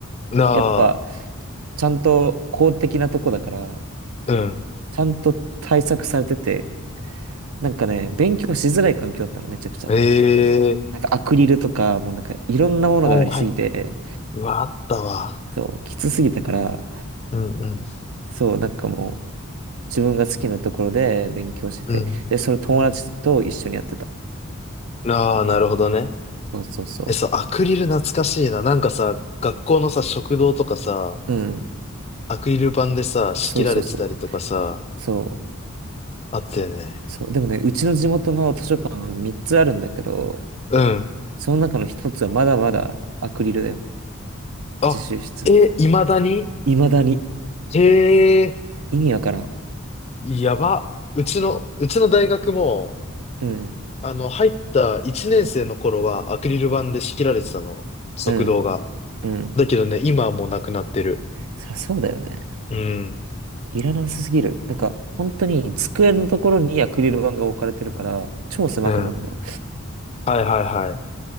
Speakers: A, on the left (about 30°); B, on the right (about 75°).
A: なあ、
B: やっぱ、ちゃんと公的なとこだから、
A: うん。
B: ちゃんと対策されてて、なんかね、勉強しづらい環境だったの、めちゃくちゃ。
A: ええ
B: なんかアクリルとか、もうなんかいろんなものがありすぎて、
A: はいはい。うわ、あったわ。
B: そう、きつすぎたから、
A: うん、うん、
B: そう、なんかもう、自分が好きなところで勉強してて、
A: うん。
B: で、それ友達と一緒にやってた。
A: ああ、なるほどね。
B: そうそうそ
A: え、そう、アクリル懐かしいな。なんかさ、学校のさ、食堂とかさ、
B: う。うん、
A: アクリル板でさ、仕切られてたりとかさ、
B: そうそうそう。そう。
A: あったよね。
B: そう、でもね、うちの地元の図書館3つあるんだけど、
A: うん。
B: その中の1つはまだまだアクリルだよ。
A: あ、
B: 自習室。
A: え、未だに
B: 未だに。
A: へえ、
B: 意味わからん。
A: やば。うちの、うちの大学も、
B: うん、
A: あの、入った1年生の頃はアクリル板で仕切られてたの。食堂が。
B: うん、うん。
A: だけどね、今はもうなくなってる。
B: そりゃそうだよね。
A: うん。
B: いらなさすぎる。なんか、本当に机のところにアクリル板が置かれてるから、超狭くなんだよ。
A: うん。はいはいはい。